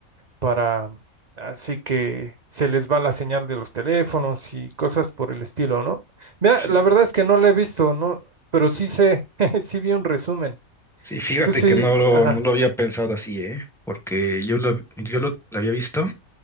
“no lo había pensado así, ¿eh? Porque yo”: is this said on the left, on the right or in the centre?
Centre